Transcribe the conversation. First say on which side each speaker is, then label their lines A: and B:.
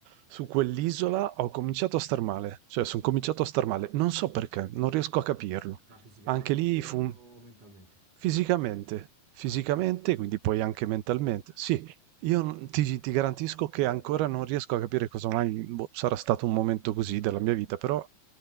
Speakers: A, on the right; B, on the right.
A: su quell'isola, ho cominciato a star male. Cioè, sono cominciato a star male. Non so perché, non riesco a capirlo.
B: Ma fisicamente
A: Anche lì
B: o
A: fu un-
B: mentalmente?
A: fisicamente, fisicamente,
B: Ah sì,
A: quindi poi anche mentalmente. Sì, io n ti ti garantisco che ancora non riesco a capire cosa mai boh, sarà stato un momento così della mia vita, però,